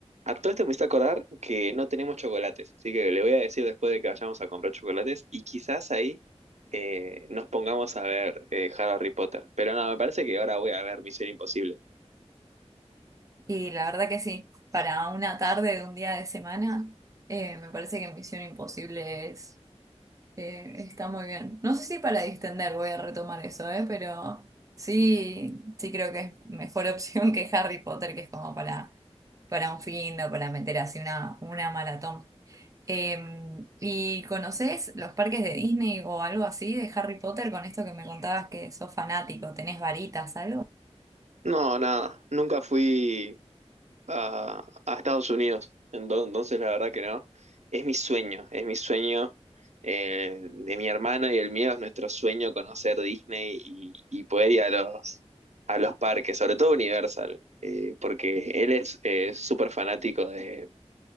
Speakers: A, on the right (about 85°); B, on the right (about 30°).
A: a todo esto me hice acordar que no tenemos chocolates, así que le voy a decir después de que vayamos a comprar chocolates y quizás ahí eh, nos pongamos a ver eh, Harry Potter. Pero no, me parece que ahora voy a ver Misión Imposible.
B: Y la verdad que sí, para una tarde de un día de semana, eh, me parece que Misión Imposible Eh, está muy bien. No sé si para distender voy a retomar eso, ¿eh? Pero sí, sí creo que es mejor <laughs> opción que Harry Potter, que es como para, para un fin o para meter así una, una maratón. Eh, ¿y conoces los parques de Disney o algo así de Harry Potter con esto que me contabas que sos fanático? ¿Tenés varitas, algo?
A: No, nada, nunca fui a, a Estados Unidos. Ento- Entonces, la verdad que no. Es mi sueño, es mi sueño eh, de mi hermano y el mío, es nuestro sueño conocer Disney y, y poder ir a los, a los parques, sobre todo Universal, eh, porque él es eh, súper fanático de,